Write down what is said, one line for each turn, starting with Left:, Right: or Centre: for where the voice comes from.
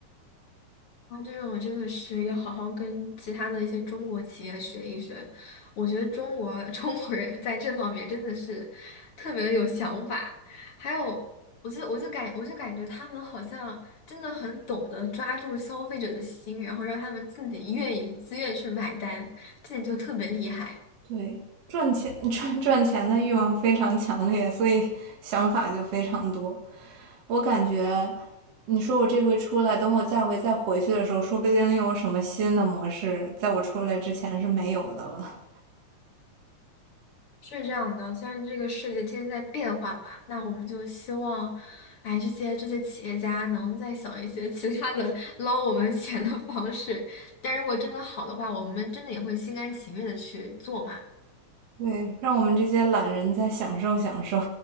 Left: 啊，这种我真的是要好好跟其他的一些中国企业学一学。我觉得中国 <laughs> 中国人在这方面真的是特别的有想法，还有，我就我就感我就感觉他们好像真的很懂得抓住消费者的心，然后让他们自己愿意自愿去买单，这点就特别厉害。
Right: 对，赚钱 <laughs> 赚赚钱的欲望非常强烈，所以想法就非常多。我感觉，你说我这回出来，等我下回再回去的时候，说不定又有什么新的模式，在我出来之前是没有的了。
Left: 是这样的，虽然这个世界天天在变化吧，那我们就希望，哎，这些这些企业家能再想一些其他的 <laughs> 捞我们 <laughs> 钱的方式。但如果真的好的话，我们真的也会心甘情愿的去做嘛。
Right: <laughs> 对，让我们这些懒人再享受享受。